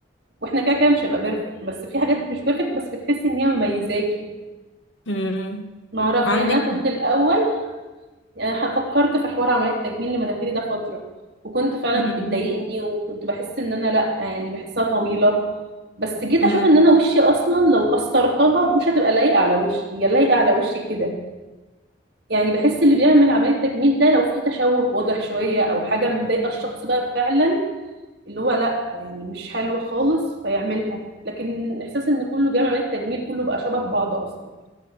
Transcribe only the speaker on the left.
مم.
عندك
مم.
مم.